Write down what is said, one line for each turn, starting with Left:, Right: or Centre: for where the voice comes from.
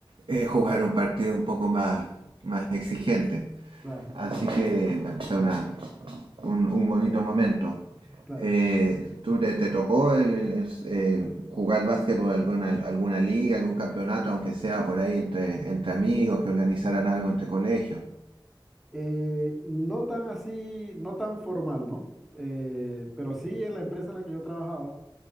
Right: eh, jugar un partido un poco más, más exigente.
Centre: Claro,
Right: Así que, bueno, fue una, un, un bonito momento.
Centre: claro.
Right: Eh, ¿tú te, te tocó el, el- el- eh, jugar básquet por alguna, alguna liga, algún campeonato, aunque sea por ahí entre, entre amigos, que organizaran algo entre colegios?
Centre: Eh, no tan así, no tan formal, ¿no? Eh, pero sí en la empresa en la que yo trabajaba,